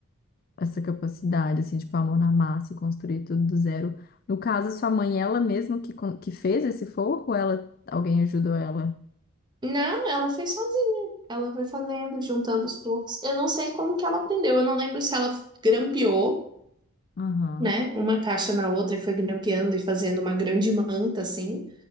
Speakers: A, on the left; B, on the right.
A: essa capacidade, assim, tipo, a mão na massa e construir tudo do zero. No caso, sua mãe, ela mesma que, con- que fez esse forro, ou ela, alguém ajudou ela?
B: Não, ela fez sozinha. Ela foi fazendo, juntando os poucos. Eu não sei como que ela aprendeu. Eu não lembro se ela grampeou,
A: Aham,
B: né, uma caixa na outra e foi grampeando e fazendo uma grande manta assim,